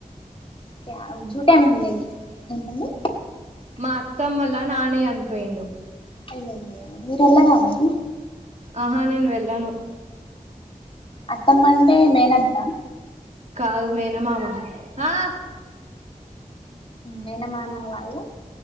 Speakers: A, on the left; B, on the right.
A: కియా జూటానికి మీద ఇది ఎంటండి
B: మా అత్తమ్మోలా నాన్న చనిపోయిండు
A: అయ్యో అయ్యో మీరు వెళ్ళరా మరి
B: ఆహా నేను వెళ్ళను
A: అత్తమ్మ అంటే మేనత్త
B: కాదు మేనమామ ఆ
A: మేనమామ వాళ్ళ